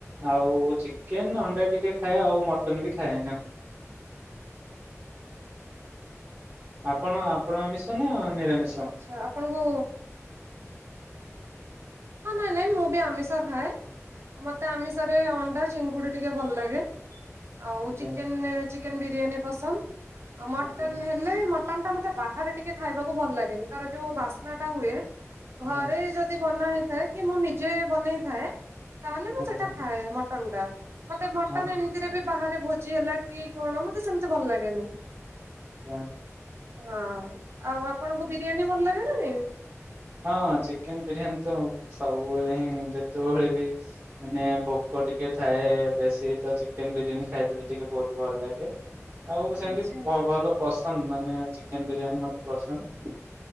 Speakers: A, on the right; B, on the right.
A: ଆଉ ଚିକେନ୍, ଅଣ୍ଡା ଟିକେ ଖାଏ ଆଉ ମଟନ୍ ବି ଖାଏ ନା। ଆପଣ- ଆପଣ ଆମିଷ ନା ନିରାମିଷ?
B: ଆଛା ଆପଣଙ୍କୁ ହଁ <unintelligible> ମୁଁ ବି ଆମିଷ ଖାଏ। ମତେ ଆମିଷରେ ଅଣ୍ଡା, ଚିଙ୍ଗୁଡି ଟିକେ ଭଲ ଲାଗେ। ଆଉ
A: ଆଜ୍ଞା
B: ଚିକେନେ- ଚିକେନ୍ ବିରିୟାନୀ ପସନ୍ଦ୍ ଆଉ ମଟନ୍
A: ଆଜ୍ଞା
B: ହେ ହେଲେ ମଟନ୍ ଟା ମତେ ବାହାରେ ଟିକେ ଖାଇବାକୁ ଭଲ ଲାଗେନି ତାର ଯଉ ବାସ୍ନା ଟା ହୁଏ ଘରେ
A: ଆଜ୍ଞା
B: ଯଦି ବନା ହେଇଥାଏ କି ମୁଁ ନିଜେ ବନେଇଥାଏ ତାହେଲେ ମୁଁ
A: ଆଜ୍ଞା
B: ସେଟା ଖାଏ ମଟନ୍ ଟା ମତେ ମଟନ୍
A: ହଁ
B: ଏମ୍ ସେରେ ବି ବାହାରେ ଭୋଜି ହେଲା କି କଣ ମତେ ସେମିତି ଭଲ୍ ଲାଗେନି।
A: ଜ୍ଞା।
B: ହଁ ଆଉ ଆପଣଙ୍କୁ ବିରିୟାନୀ ଭଲ୍ ଲାଗେ ନା ନାଇଁ?
A: ହଁ ଚିକେନ୍ ବିରିୟାନୀ ତ ସବୁବେଳେ ହିଁ ଯେତେବେଳେ ବି ମାନେ ଭୋକ ଟିକେ ଥାଏ ବେଶୀ ତ ଚିକେନ୍ ବିରିୟାନୀ ଖାଇଦେଲେ ଟିକେ ବହୁତ୍ ଭଲ ଲାଗେ। ଆଉ ସେମିତି
B: ଆଚ୍ଛା।
A: ଭ-ଭଲ ପସନ୍ଦ୍ ମାନେ ଚିକେନ୍ ବିରିୟାନୀ ମତେ ପସନ୍ଦ୍।